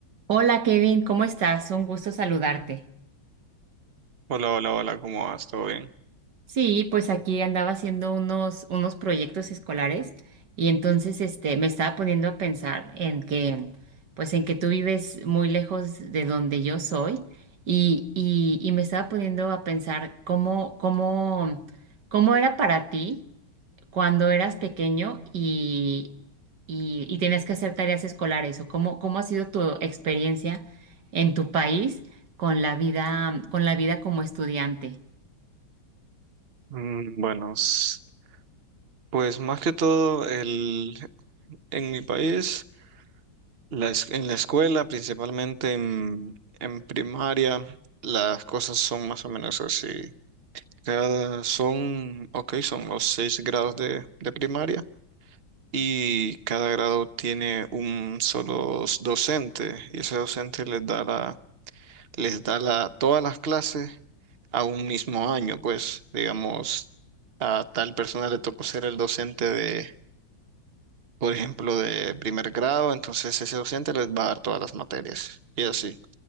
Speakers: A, on the right; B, on the right.
A: Hola Kevin, ¿cómo estás? Un gusto saludarte.
B: Hola, hola, hola, ¿cómo vas? ¿Todo bien?
A: Sí, pues aquí andaba haciendo unos, unos proyectos escolares y entonces este, me estaba poniendo a pensar en que, pues en que tú vives muy lejos de donde yo soy y, y, y me estaba poniendo a pensar cómo, cómo, cómo era para ti. cuando eras pequeño y, y, y tenías que hacer tareas escolares o cómo, cómo ha sido tu experiencia en tu país con la vida, con la vida como estudiante.
B: Mm, bueno, s- pues más que todo, el, en mi país, la es- en la escuela, principalmente en, en primaria, las cosas son más o menos así. Cada, son, ok, son los seis grados de, de primaria y cada grado tiene un solo s- docente y ese docente les dará les da la, todas las clases a un mismo año, pues digamos, a tal persona le tocó ser el docente de, por ejemplo, de primer grado, entonces ese docente les va a dar todas las materias y así.